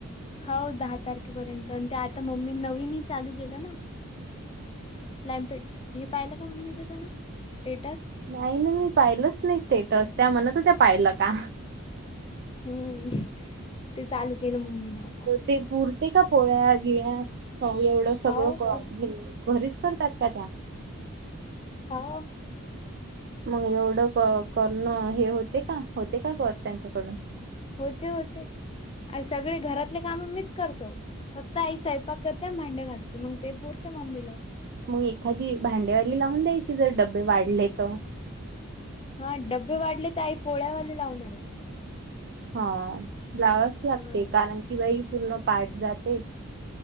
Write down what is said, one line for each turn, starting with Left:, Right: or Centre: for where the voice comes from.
Left: हो दहा तारखेपर्यंत आणि ते आता मम्मीन नवीनही चालू केेलं ना. लॅमपेड हे पाहिलं का मम्मीच तुन स्टेटस.
Right: नाही ना मी पाहिलंच नाही स्टेटस त्या म्हणत होत्या पाहिलं का.
Left: हम्म ते चालू केलं मम्मीन आता.
Right: ते पुरते का पोळ्या गिळ्या हो एवढं सगळं
Left: हाव
Right: करून.
Left: पुर
Right: घरीच करतात काय आता.
Left: हा
Right: मग एवढं क करणं हे होते का होते का कर त्यांच्याकडून.
Left: होते होते सगळे घरातले काम मीच करतो फक्त आई स्वयंपाक क त्या भांडे्या घासते मग ते पुरते मम्मीला.
Right: मग एखादी भांडेवारी लावून द्यायची जर डब्बे वाढले तर
Left: हा डब्बे वाढले तर आई पोळ्यावाले लावणार आहे.
Right: हा लावाच लागते
Left: हा
Right: कारण की बाई पूर्ण पाठ जाते.